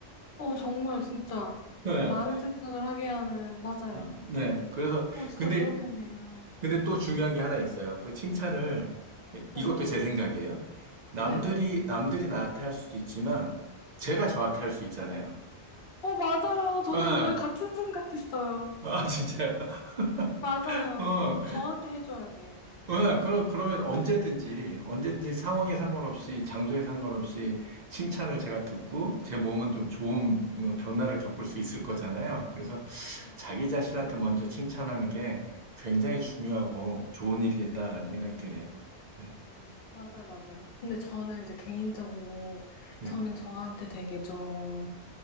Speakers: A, on the left; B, on the right.
A: 어, 정말 진짜
B: 네.
A: 많은 생각을 하게 하는, 맞아요.
B: 어, 네. 그래서,
A: 어, 진짜
B: 근데
A: 그렇겠네요.
B: 근데 또 중요한 게 하나 있어요. 그 칭찬을, 이것도
A: 네,
B: 제 생각이에요. 남들이,
A: 네네.
B: 남들이 나한테 할 수도 있지만, 제가 저한테 할 수 있잖아요.
A: 어, 맞아요. 저도
B: 아,
A: 오늘 같은 생각했어요.
B: 아, 진짜요?
A: 맞아요.
B: <laughs> 어,
A: 저한테 해줘야 돼요.
B: 어, 그럼, 그러면 언제든지, 언제든지 상황에 상관없이, 장소에 상관없이 칭찬을 제가 듣고, 제 몸은 좀 좋은 뭐 변화를 겪을 수 있을 거잖아요. 그래서
A: 네,
B: 자기 자신한테 먼저 칭찬하는 게 굉장히 중요하고 좋은 일이겠다라는
A: 네,
B: 생각이 드네요. 네.
A: 네. 맞아요, 맞아요. 근데 저는 이제 개인적으로,
B: 네.
A: 저는 저한테 되게 좀